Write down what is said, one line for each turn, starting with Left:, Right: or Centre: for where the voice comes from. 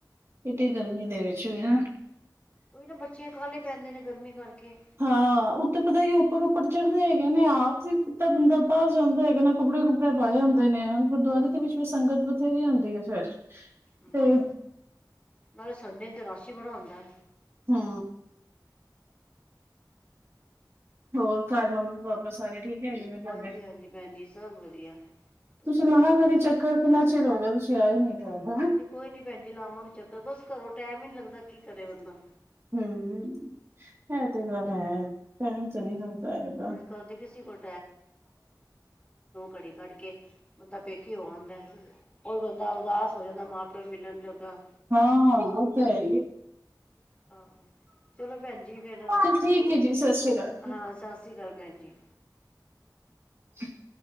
Right: ਏਡੀ ਗਰਮੀ ਦੇ ਵਿੱਚ ਵੀ ਨਾ
Left: ਓਈ ਤੇ ਬੱਚੇ ਕਾਲੇ ਪੈਂਦੇ ਨੇ, ਗਰਮੀ ਕਰਕੇ।
Right: ਹਾਂ, ਉਤੋਂ ਪਤਾ ਈ ਉੱਪਰ-ਉੱਪਰ ਚੜ੍ਹਦੇ ਹੈਗੇ ਨੇ ਆਪ ਵੀ ਇਤਾਂ ਬੰਦਾ ਬਾਰ ਜਾਂਦਾ ਹੈਗਾ ਨਾ ਕੱਪੜੇ-ਕੁਪ ਪਾਏ ਹੁੰਦੇ ਨੇ ਹੁਣ ਗੁਰਦੁਆਰੇ
Left: ਹਾਂਜੀ
Right: ਦੇ ਵਿੱਚ ਵੀ ਸੰਗਤ ਬਥੇਰੀ ਹੁੰਦੀ ਐ, ਫਿਰ
Left: ਹਮ
Right: ਤੇ
Left: ਨਾਲੇ ਸੰਡੇ ਨੂੰ ਤੇ ਰਸ਼ ਈ ਬੜਾ ਹੁੰਦਾ।
Right: ਹਂ। ਹੋਰ ਘਰ ਮੰਮੀ ਪਾਪਾ ਸਾਰੇ ਠੀਕ ਹੈਗੇ ਨੇ। ਤੁਹਾਡੇ
Left: ਹਾਂਜੀ ਹਾਂਜੀ, ਭੈਣ ਜੀ ਸਭ ਵਧੀਆ। ਤੁਸੀਂ ਦੱਸੋ?
Right: ਲਾਣਾ ਕਦੀ ਚੱਕਰ ਕਿੰਨਾ ਚਿਰ ਹੋ ਗਿਆ ਤੁਸੀਂ ਆਏ ਨੀ ਘਰ। ਹਾਂ
Left: ਹਾਂਜੀ ਕੋਈ ਨੀ ਭੈਣ ਜੀ ਲਾਵਾਂਗੇ ਚੱਕਰ, ਬਸ ਘਰੋਂ ਟੈਮ ਈ ਨੀਂ ਲੱਗਦਾ ਕੀ ਕਰੇ ਬੰਦਾ।
Right: ਹਂ, ਏ ਤੇ ਗੱਲ ਹੈ, ਟੈਮ ਤੇ ਨੀਂ ਲਗਦਾ ਹੈਗਾ।
Left: ਕਰਦੇ ਪੇ ਸੀ ਗੜ
Right: <inaudible> <unintelligible>
Left: ਘੜੀ ਕੱਢ ਕੇ ਬੰਦਾ ਪੇਕੇ ਹੋ ਆਂਦਾ ਕੋਈ ਬੰਦਾ ਉਦਾਸ ਹੋ ਜਾਂਦਾ ਮਾਂ ਪਿਓ ਨੂੰ ਮਿਲਣ ਜੋਗਾ
Right: ਹਾਂ, ਹਾਂ, ਓ ਤੇ ਹੈ ਈ ਏ।
Left: ਆਹ ਚਲੋ ਭੈਣ ਜੀ ਫੇਰ,
Right: ਚਲ ਠੀਕ ਹੈ ਜੀ, ਸਤਿ ਸ੍ਰੀ ਅਕਾਲ।
Left: ਹਾਂ ਸਾਸ ਸਤਿ ਸ੍ਰੀ ਕਾਲ ਭੈਣਜੀ।
Right: <inaudible>